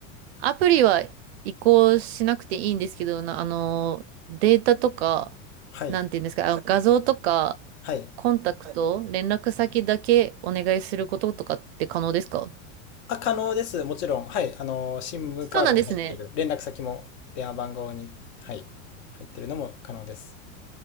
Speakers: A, on the right; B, on the left.
A: アプリは移行しなくていいんですけど、な、あの、データとか、
B: はい。
A: なんていうんですか、あ、画像とか、
B: はい。
A: コンタクト、連絡先だけお願いすることとかって可能ですか
B: あ、可能です。もちろん。はい。あの、SIM
A: そうなんですね。
B: カードに入っている、連絡先も電話番号に、はい、入っているのも可能です。